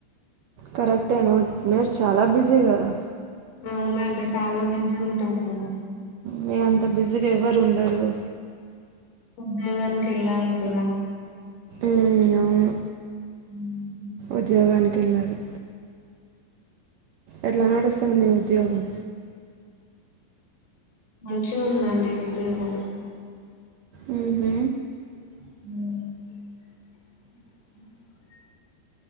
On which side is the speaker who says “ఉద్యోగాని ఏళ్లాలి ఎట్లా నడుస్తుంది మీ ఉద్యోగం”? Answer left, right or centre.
Right